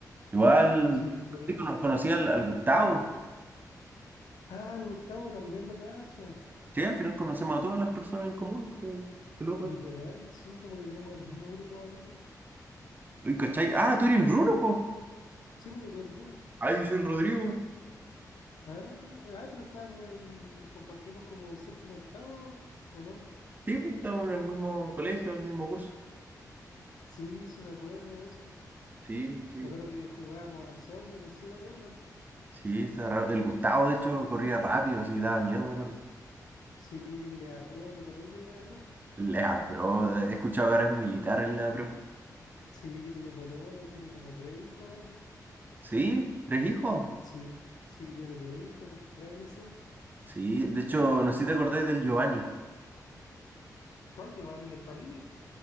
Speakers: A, on the right (about 25°); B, on the left (about 75°).
A: Igual,
B: Sí, literal.
A: sí, cono- conocí al, al Gustavo.
B: Ah, el Gustavo también lo cacho.
A: Sí, al final conocemos a todas las personas en común. Qué, qué loco
B: Literal,
A: eso.
B: sí, como que tenemos el mismo grupo de amigos.
A: Uy, ¿cachai? Ah, tú eres el Bruno, pues.
B: Sí, pues yo soy el Bruno.
A: Ah, yo soy el Rodrigo.
B: Ah, ah, pero estábamos en, compartimos como séptimo, octavo, ¿o no?
A: Sí, pues, estamos en el mismo colegio, en el mismo curso.
B: Sí, sí me acuerdo de eso.
A: Sí, que...
B: Me acuerdo que jugábamos al zombie, no sé si te acuerdas.
A: sí, está raro. El Gustavo, de hecho, corría rápido, así daba miedo, me acuerdo.
B: Sí, el Lea Pro, ¿te acordáis del Lea Pro?
A: La pro, he escuchado que ahora es militar en la pro.
B: Sí, que tiene polola y tiene como tres hijos ahora.
A: Sí, tres hijos.
B: Sí, sí, tiene tres hijos, fuera del deseo.
A: Sí, de hecho, no sé si te acordáis del Giovanni,
B: ¿Cuál Giovanni? ¿El Palini?